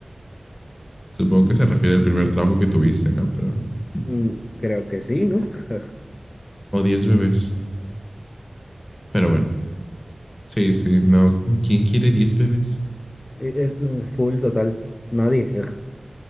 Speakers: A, on the left; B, on the left.
A: supongo que se refiere al primer trabajo que tuviste, ¿no? Pero, mm,
B: Mm, Creo que sí, ¿no? <laughs>
A: o 10 bebés. Pero bueno, sí, sí, no. ¿Quién quiere diez bebés?
B: Es es full total, nadie.